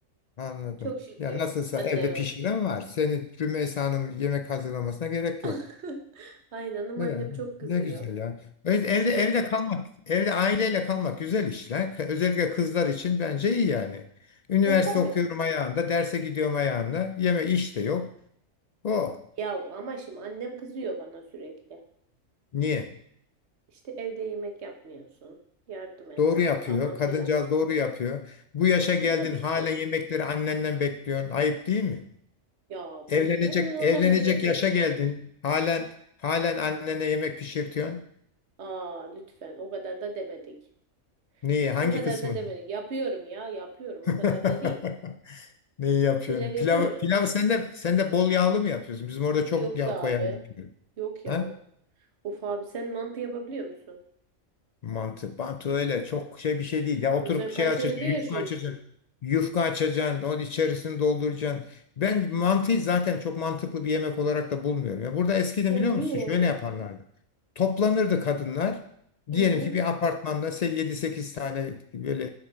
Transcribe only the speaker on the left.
Anladım.
Ya nasılsa
evde pişiren var. Seni Rümeysa Hanım yemek hazırlamasına gerek yok.
Evet,
ne güzel ya. Evet,
evde evde kalmak, evde aileyle kalmak güzel işler. Özellikle kızlar için bence iyi yani. Üniversite
okuyorum ayağında, derse gidiyorum ayağında. Yeme iş de yok. O
niye?
Doğru yapıyor.
Kadıncağız doğru yapıyor. Bu yaşa geldin
hala
yemekleri annenden bekliyorsun. Ayıp değil mi?
Evlenecek
evlenecek
yaşa geldin. Halen halen annene yemek pişirtiyorsun.
Niye? Hangi
kısmını?
<laughs>
Neyi yapıyorsun?
Pilav, pilav sen de, sen de bol yağlı mı yapıyorsun? Bizim orada çok
yağ
koyan yapıyor.
Ha?
Mantı, mantı öyle. Çok şey bir şey değil. Ya
oturup
bir
şey açacaksın. Yufka
açacaksın. Yufka açacaksın. Onun içerisini dolduracaksın. Ben mantıyı zaten çok mantıklı bir yemek olarak da bulmuyorum. Ya burada eskiden
biliyor
musun? Şöyle yaparlardı. Toplanırdı kadınlar.
Diyelim ki bir apartmanda 7-8 tane böyle